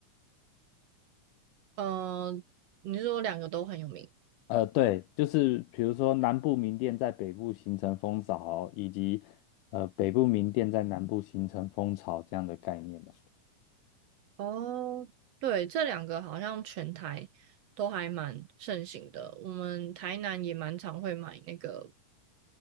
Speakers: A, on the right; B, on the left.
A: 嗯，你是说两个都很有名？
B: 呃，对，就是比如说南部民店在北部形成风潮，以及呃北部民店在南部形成风潮这样的概念呢。
A: 哦，对，这两个好像全台都还蛮盛行的。我们台南也蛮常会买那个